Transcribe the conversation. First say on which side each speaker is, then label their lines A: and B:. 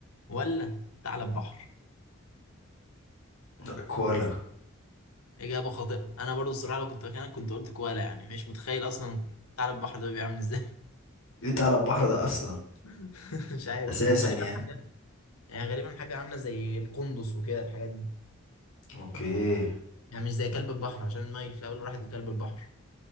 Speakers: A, on the left (about 85°); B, on the left (about 70°).
A: ولا ثعلب بحر
B: لا كوالا
A: اجابة خاطئة انا برضو الصراحة لو كنت مكانك كنت قلت كوالا يعني مش متخيل اصلا ثعلب بحر ده بيعمل ازاي
B: جيت على البحر ده اصلا
A: <laughs> مش عارف
B: اساسا
A: هو غالبا
B: يعني
A: حاجة يعني غالبا حاجة عاملة زي القندس وكده الحاجات دي
B: اوكي
A: يعني مش زي كلب البحر عشان المايل في الاول راحت لكلب البحر